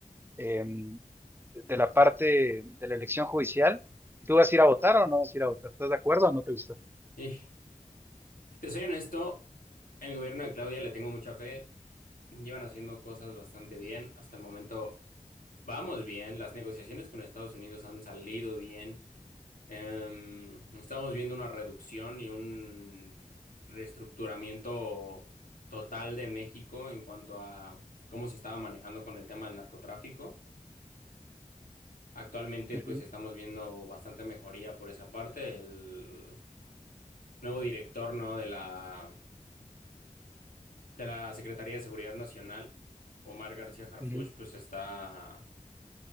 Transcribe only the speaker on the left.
Y si te soy honesto, el gobierno de Claudia le tengo mucha fe, llevan haciendo cosas bastante bien, hasta el momento vamos bien, las negociaciones con Estados Unidos han salido bien. Em, estamos viendo una reducción y un reestructuramiento total de México en cuanto a cómo se estaba manejando con el tema del narcotráfico. Actualmente,
pues estamos viendo bastante mejoría por esa parte. El nuevo director, ¿no? de la, de la Secretaría de Seguridad Nacional, Omar García Harfuch,
pues está